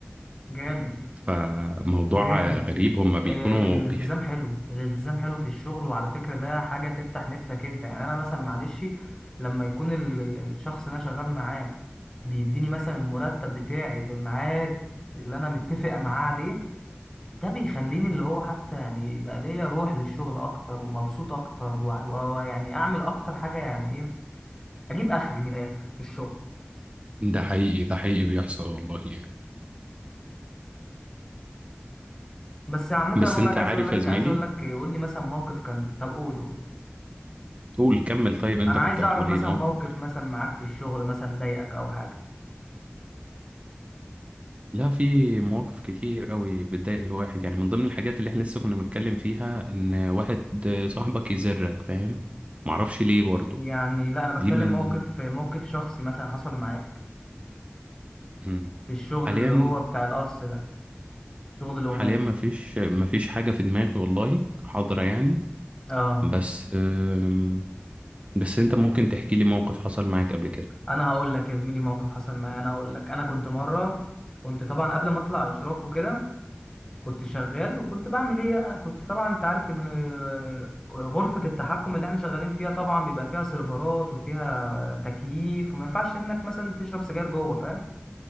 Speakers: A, on the left; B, on the right.
A: جامد
B: <laughs> فموضوع
A: جامد
B: آه، غريب هما بيكونوا
A: آه، الالتزام
B: بيح...
A: حلو الالتزام حلو في الشغل وعلى فكرة ده حاجة تفتح نفسك انت يعني انا مثلا معلش لما يكون ال- ال- الشخص اللي انا شغال معاه بيديني مثلا المرتب بتاعي في الميعاد اللي انا متفق معاه عليه ده بيخليني اللي هو حتى يعني يبقى ليا روح للشغل اكتر ومبسوط اكتر وع- و- ويعني اعمل اكتر حاجة يعني ايه اجيب اخري من الاخر في الشغل
B: ده حقيقي ده حقيقي بيحصل والله يعني
A: بس عامة
B: بس
A: اقول
B: انت
A: لك عايز
B: عارف
A: اقول لك
B: يا زميلي
A: عايز اقول لك قول لي مثلا موقف كان طب قول قول
B: قول كمل طيب انت
A: انا
B: كنت
A: عايز
B: هتقول
A: اعرف مثلا
B: ايه موقف
A: موقف
B: ايه؟
A: مثلا معاك في الشغل مثلا ضايقك او حاجه
B: لا في مواقف كتير قوي بتضايق الواحد يعني من ضمن الحاجات اللي احنا لسه كنا بنتكلم فيها ان واحد صاحبك يزرك فاهم معرفش ليه برضو
A: يعني لا انا بتكلم
B: دي من
A: موقف موقف شخصي مثلا حصل معاك
B: مم.
A: في الشغل
B: حاليا
A: اللي هو بتاع القص ده شغل القماش
B: حاليا مفيش مفيش حاجة في دماغي والله حاضرة يعني
A: اه
B: بس أم، بس انت ممكن تحكي لي موقف حصل معاك قبل كده
A: انا هقول لك يا زميلي موقف حصل معايا انا هقول لك انا كنت مره كنت طبعا قبل ما اطلع اشراف وكده كنت شغال وكنت بعمل ايه أنا كنت طبعا انت عارف ان غرفه التحكم اللي احنا شغالين فيها طبعا بيبقى فيها سيرفرات وفيها تكييف وما ينفعش انك مثلا تشرب سجاير جوه فاهم